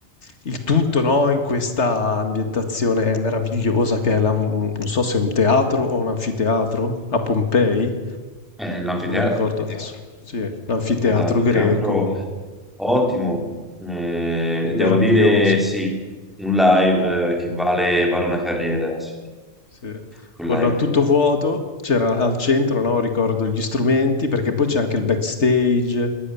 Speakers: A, on the left; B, in the centre.
A: Il tutto, no, in questa ambientazione meravigliosa che è la- non so se è un teatro o un anfiteatro a Pompei,
B: è l'anfiteatro,
A: non ricordo adesso. Sì, l'anfiteatro
B: è l'anfiteatro
A: greco,
B: ottimo, eh, devo
A: meraviglioso.
B: dire sì, un live eh, che vale, vale una carriera, sì.
A: Sì,
B: Quel
A: con
B: live
A: tutto
B: lì.
A: vuoto, c'era al centro, no, ricordo gli strumenti, perché poi c'è anche il backstage.